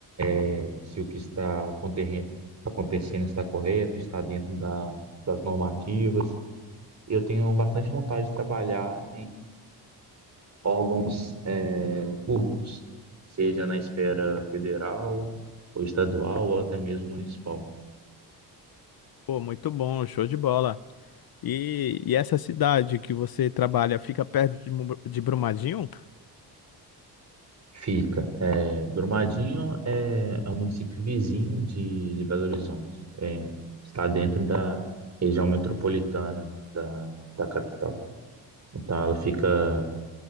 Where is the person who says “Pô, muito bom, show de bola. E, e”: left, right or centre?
Left